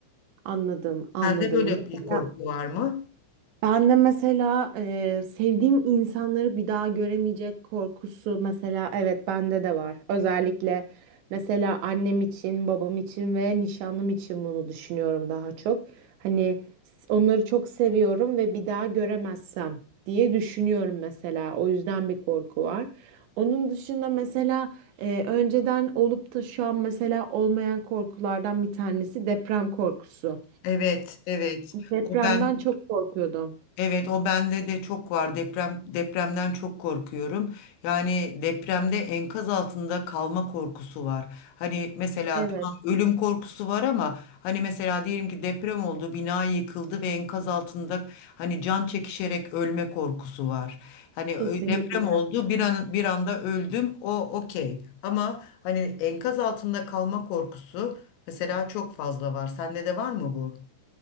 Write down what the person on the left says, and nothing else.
Sende böyle
bir korku var mı?
Evet, evet.
O ben
evet o bende de çok var. Deprem depremden çok korkuyorum. Yani depremde enkaz altında kalma korkusu var. Hani mesela
tamam ölüm korkusu var ama hani mesela diyelim ki deprem oldu, bina yıkıldı ve enkaz altında hani can çekişerek ölme korkusu var. Hani
ö- deprem oldu, bir an bir anda öldüm. O okey. Ama hani enkaz altında kalma korkusu mesela çok fazla var. Sende de var mı bu?